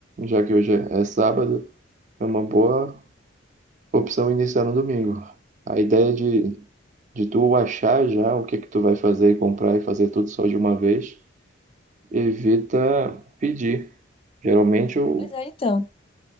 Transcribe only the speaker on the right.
Já que hoje é é sábado, é uma boa opção iniciar no domingo. A ideia de, de tu achar já o que que tu vai fazer e comprar e fazer tudo só de uma vez, evita pedir. Geralmente eu